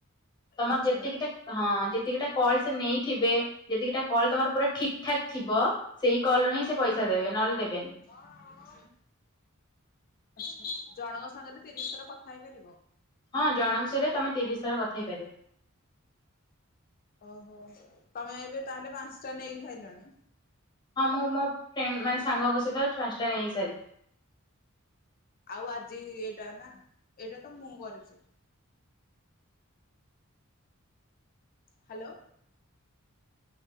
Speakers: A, on the left; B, on the left.
A: ତମର
B: ଆଚ୍ଛା
A: ଯେତିକିଟା ହଁ ଯେତିକିଟା କଲ ସେ ନେଇଥିବେ ଯେତିକିଟା କଲ୍ ତମର ପୁରା ଠିକ୍ ଠାକ୍ ଥିବ ସେଇ କଲରେ ହିଁ ସେ ପଇସା ଦେବେ। ନହେଲେ ଦେବେ
B: ହଁ ହଁ। ଜଣଙ୍କ ସାଙ୍ଗରେ ତିରିଶ ଥର କଥା ହେଇପାରିବ?
A: ହଁ ଜଣଙ୍କ ସହିତ ତମେ ତିରିଶ ଥର କଥା ହେଇପାରିବ।
B: ଓହୋ ତମେ ଏବେ ତାହେଲେ ପାଞ୍ଚଟା ନେଇସାଇଲଣି।
A: ହଁ ମୁଁ ମୋ ଫ୍ରେଣ୍ଡ ମାନେ ସାଙ୍ଗଙ୍କ ସହିତ ପାଞ୍ଚଟା ହେଇସାରିଛି।
B: ଆଉ ଆଜି ଏଇଟା ନା ଏଇଟା ତ ମୁଁ କରିଚି। ହ୍ୟାଲୋ।